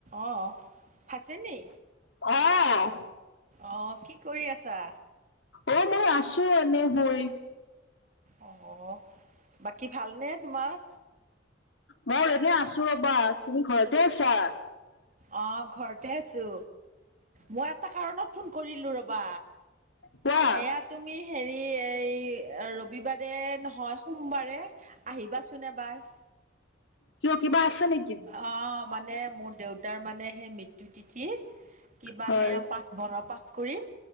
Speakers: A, on the right; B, on the left.
A: অহ ফাচে নি?
B: অ',
A: অ', কি কৰি আছা?
B: অ', মই আছো এনে বহি।
A: অ', বাকী ভালনে তোমাৰ?
B: মই এনে আছো ৰ'বা। তুমি ঘৰতে আছা?
A: অ', ঘৰতে আছো। মই এটা কাৰণত ফোন কৰিলোঁ ৰ'বা।
B: কোৱা
A: এয়া তুমি হেৰি এই ৰবিবাৰে নহয় সোমবাৰে আহিবাচোন এবাৰ।
B: কিয় কিবা আছে নেকি?
A: অ', মানে মোৰ দেউতাৰ মানে সেই মৃত্যু তিঠি কিবা
B: হয়,
A: সেয়া পাঠ বন পাঠ কৰিম